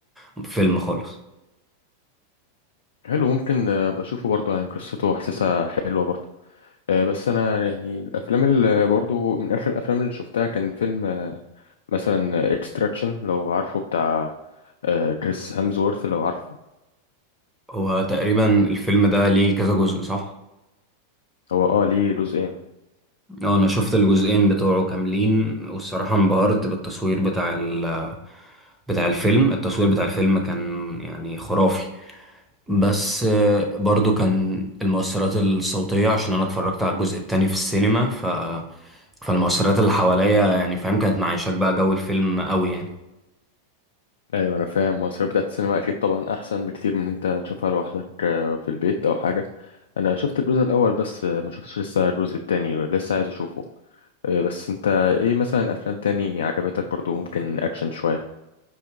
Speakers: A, in the centre; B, on the left.
A: الفيلم خالص
B: حلو ممكن آه، بشوفه برضه يعني قصته وحساسة حلوة برضه آه، بس انا يعني الافلام اللي برضو من اخر الافلام اللي شفتها كان فيلم آه، مثلا اكستراكشن لو عارفه بتاع آه، كريس هامزورث لو عارفه
A: هو تقريبا الفيلم ده ليه كذا جزء صح؟
B: هو اه ليه جزئين
A: اه انا شفت الجزئين بتوعه كاملين والصراحة انبهرت بالتصوير بتاع ال بتاع الفيلم التصوير بتاع الفيلم كان يعني خرافي بس آه، برضو كان المؤثرات الصوتية عشان أنا اتفرجت على الجزء التاني في السينما ف... فالمؤثرات اللي حواليا يعني فاهم كانت معيشاك بقى جو الفيلم قوي يعني
B: ايوه انا فاهم مصاريف بتاعت السينما اكيد طبعا احسن بكتير من إن انت تشوفها لوحدك آه، في البيت او حاجه انا شفت الجزء الاول بس آه، ما شفتش لسه الجزء التاني لسه عايز اشوفه آه، بس انت ايه مثلا افلام تاني عجبتك برضو ممكن اكشن شويه